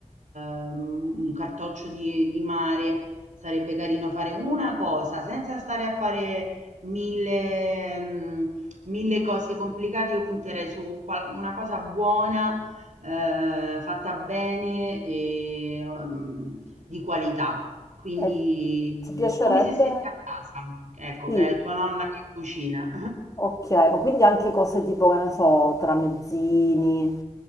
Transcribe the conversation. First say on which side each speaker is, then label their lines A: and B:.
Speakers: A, on the right (about 70°); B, on the left (about 25°).
A: un cartoccio di, di mare, sarebbe carino fare una cosa senza stare a fare mille, mm, mille cose complicate. Io punterei su qual- una cosa buona, eh, fatta bene e mm, di qualità. Quindi,
B: E
A: mhmm,
B: ti piacerebbe?
A: come se stessi a casa, ecco,
B: Sì,
A: che è tua nonna che cucina.
B: ok, ma quindi anche cose tipo, che ne so, tramezzini,